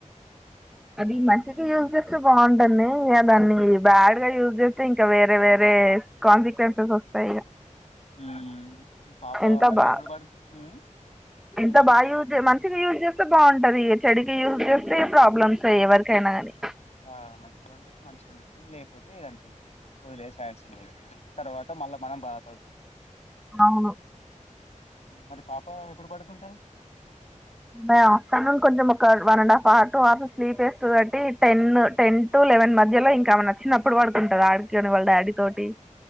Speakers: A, in the centre; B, on the left.
A: అది
B: హ్మ్
A: మంచిగా యూజ్ చేస్తే బాగుంటది. ఇగ దాన్ని బ్యాడ్గా యూజ్ చేస్తే ఇంకా వేరే వేరే కాన్సిక్వెన్సెస్ వస్తాయి ఇగ
B: హ్మ్ పాప
A: ఎంత
B: మరి
A: బా
B: ఎప్పుడు పడుతు హ్మ్
A: ఎంత
B: ఏంటండి?
A: బాగా యూజ్ మంచిగా యూజ్ చేస్తే బాగుం టది. చెడుకి యూజ్ చేస్తే ప్రాబ్లమ్స్ ఏ ఎవరికైనా గని
B: ఆ మంచిగా ఉంటే మంచిగా ఉంటది. లే పోతే ఇగ అంతే ఇగ వదిలేయాల్సిందే ఇగ తర్వాత మళ్ళా మనం బాధపడాల్సి వస్తది
A: అవును
B: మరి పాప ఎప్పుడు పడుకుంటది.
A: బై ఆఫ్టర్నూన్ కొంచం ఒక one and half hour to hour sleep ఏస్త కాబట్టి టెన్ టెన్ టు లెవెన్ మధ్యలో ఇంకా ఆమె నచ్చినప్పుడు పడుతుంటది ఆడికైన వాళ్ళ డాడీ తోటి